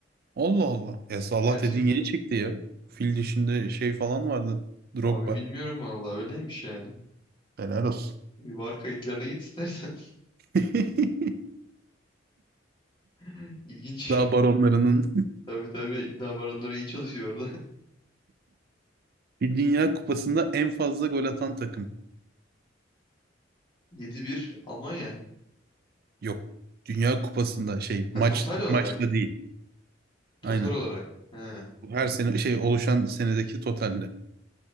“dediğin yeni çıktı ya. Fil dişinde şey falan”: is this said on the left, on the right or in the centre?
Right